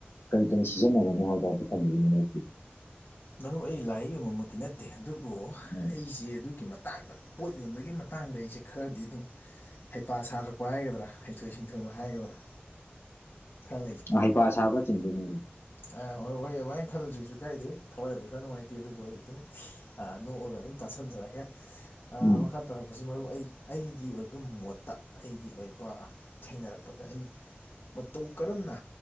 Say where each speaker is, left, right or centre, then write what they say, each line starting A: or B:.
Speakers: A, on the left (about 80°); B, on the left (about 60°).
A: ꯀꯔꯤ ꯀꯔꯤ ꯁꯤꯖꯤꯟꯅꯕꯅꯣ ꯍꯥꯏ ꯇꯥꯎꯇ ꯊꯝꯕꯤꯔꯤꯅꯤꯄꯤ
B: ꯃꯔꯨ ꯑꯩ ꯂꯥꯏꯔꯤ ꯌꯦꯛ ꯌꯕꯃꯛꯀꯤ ꯅꯠꯇꯦ ꯑꯗꯨꯕꯨ
A: ꯎꯝ
B: ꯑꯩꯁꯦ ꯑꯗꯨꯒꯤꯛ ꯃꯇꯥꯡꯗ ꯄꯣꯠ ꯌꯣꯟꯕꯒꯤ ꯃꯇꯥꯡꯗ ꯑꯩꯁꯦ ꯈꯔꯗꯤ ꯑꯗꯨꯝ ꯍꯩꯄꯥ ꯁꯥꯔꯛꯄ ꯍꯥꯏꯒꯗ꯭ꯔꯥ ꯍꯩꯊꯣꯏ ꯁꯤꯡꯊꯣꯏꯕ ꯍꯥꯏꯒꯗ꯭ꯔꯥ ꯈꯔ
A: ꯎꯝ ꯍꯩꯄꯥ ꯁꯥꯕ ꯆꯤꯡꯗꯣꯏꯅꯤ
B: ꯑ ꯍꯣꯏ ꯍꯣꯏꯃꯥꯏꯅ ꯈꯜꯂꯗꯨꯁꯨ ꯀꯥꯏꯗꯦ ꯊꯋꯥꯏꯕꯗꯤ ꯈꯔ ꯅꯨꯡꯉꯥꯏꯇꯦ ꯑꯗꯨꯕꯨ ꯑꯩ ꯑꯗꯨꯝ ꯑ ꯅꯣꯛꯑꯒ ꯑꯗꯨꯝ ꯇꯥꯁꯟꯖꯔꯒꯦ ꯑ
A: ꯎꯝ
B: ꯃꯈ ꯈꯔ ꯇꯔ ꯑꯁꯤ ꯃꯔꯨ ꯑꯩ ꯑꯩꯒꯤ ꯑꯣꯏꯕ ꯃꯣꯠꯇ ꯑꯩꯒꯤ ꯑꯣꯏꯕ ꯊꯦꯡꯅꯔꯛꯄꯗ ꯑꯩꯅ ꯃꯇꯧ ꯀꯔꯝꯅ